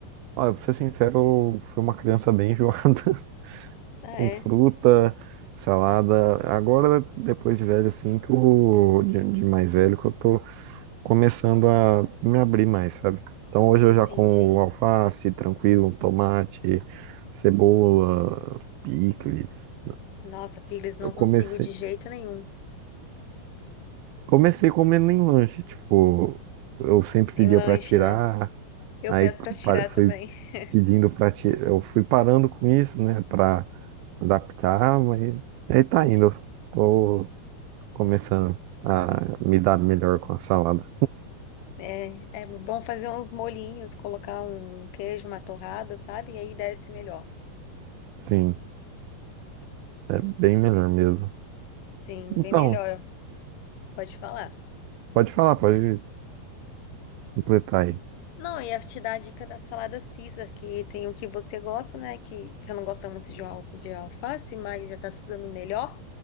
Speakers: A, on the right; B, on the left.
A: Olha, pra ser sincero, eu fui uma criança bem enjoada <laughs>
B: Ah,
A: com
B: é?
A: fruta, salada. Agora, depois de velho, assim, que eu, de, de mais velho, que eu tô começando a me abrir mais, sabe? Então hoje
B: Entendi.
A: eu já como alface, tranquilo, tomate, cebola, picles.
B: Nossa, pires, não
A: Eu comecei
B: consigo de jeito nenhum.
A: Comecei comendo em lanche, tipo, eu sempre
B: Em
A: pedia
B: lanche,
A: pra tirar,
B: né? Eu
A: aí
B: peço pra tirar
A: pa- fui
B: também. <laughs>
A: pedindo pra tirar, eu fui parando com isso, né, pra adaptar, mas aí tá indo. Tô começando a me dar melhor com a salada.
B: É, é bom fazer uns molhinhos, colocar um queijo, uma torrada, sabe? E aí desce melhor.
A: Sim, é bem melhor mesmo.
B: Sim,
A: Então,
B: bem melhor. Pode falar.
A: pode falar, pode completar aí.
B: Não, e ia te dar a dica da salada Caesar, que tem o que você gosta, né? Que você não gosta muito de, al- de alface, mas já tá se dando melhor.